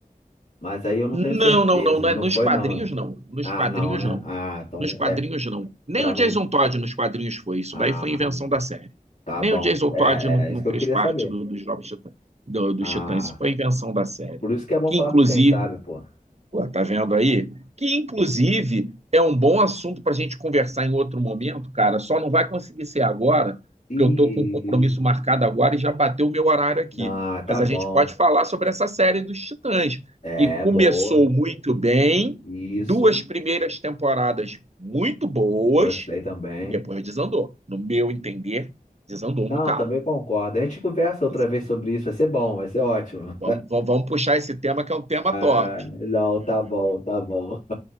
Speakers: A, on the left; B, on the right.
A: mas aí eu não
B: Não,
A: tenho certeza.
B: não, não, não
A: Não
B: é nos
A: foi
B: quadrinhos
A: não, né?
B: não. Nos
A: Ah,
B: quadrinhos
A: não, né?
B: não.
A: Ah, então
B: Nos quadrinhos
A: é
B: não. Nem
A: pra
B: o Jason
A: não.
B: Todd nos quadrinhos foi. Isso
A: Ah,
B: daí foi invenção da série.
A: tá
B: Nem
A: bom.
B: o Jason Todd
A: É,
B: não, não
A: é isso que
B: fez
A: eu queria
B: parte
A: saber.
B: do- dos Novos Titãs, do- dos
A: Ah,
B: Titãs. Isso foi invenção da série.
A: por isso que é bom
B: Que
A: falar
B: inclusive,
A: com quem sabe, pô.
B: Pô, tá vendo aí? Que, inclusive, é um bom assunto para a gente conversar em outro momento, cara. Só não vai conseguir ser agora, porque
A: E
B: eu tô com um compromisso marcado agora e já bateu o meu horário aqui.
A: ah,
B: Mas
A: tá bom.
B: a gente pode falar sobre essa série dos Titãs,
A: É
B: que começou
A: boa.
B: muito bem,
A: Isso.
B: duas primeiras temporadas muito boas,
A: Gostei também.
B: e depois desandou. No meu entender, desandou
A: Não,
B: um bocado.
A: também concordo. A gente conversa outra
B: Desandou.
A: vez sobre isso, vai ser bom, vai ser ótimo.
B: Vamos, vamos vamos puxar esse tema, que é um tema top.
A: <laughs> Não, tá bom, tá bom. <laughs>